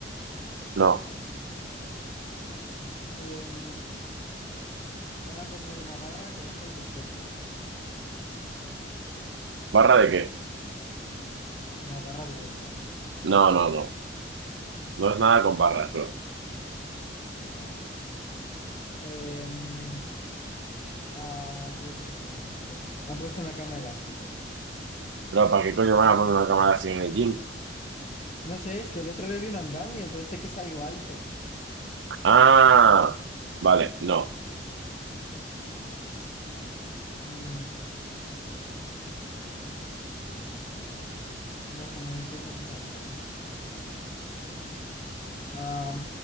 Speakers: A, on the right; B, on the left.
A: No.
B: Em, van a poner una barra que baja desde el techo.
A: ¿Barra de qué?
B: Una barra de dominadas.
A: No, no, no. No es nada con barras, bro.
B: Ah, ok. Em, ah, yo qué sé, bro. Han puesto una cama elástica.
A: Bro, ¿para qué coño van a poner una cámara así en el gym?
B: No sé, es que el otro día vi un andamio, entonces sé que es algo alto.
A: Ah, vale, no.
B: Mm, déjame, estoy pensando. Am,